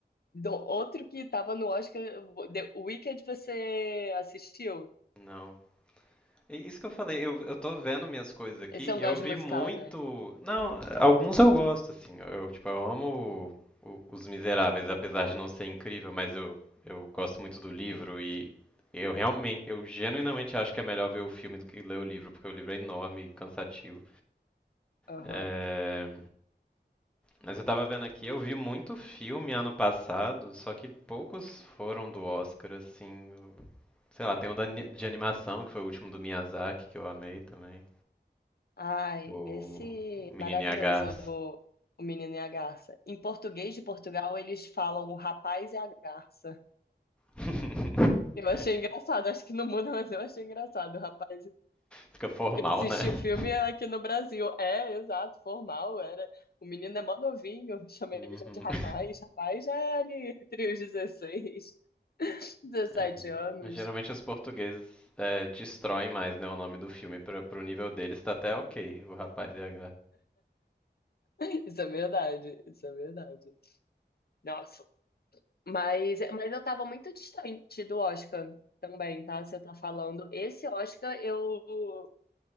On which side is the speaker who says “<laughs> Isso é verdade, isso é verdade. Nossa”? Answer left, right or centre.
Left